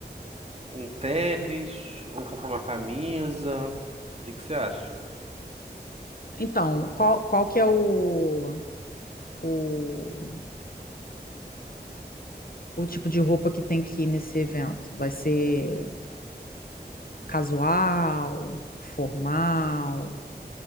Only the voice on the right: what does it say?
um tênis ou compro uma camisa. O que que você acha?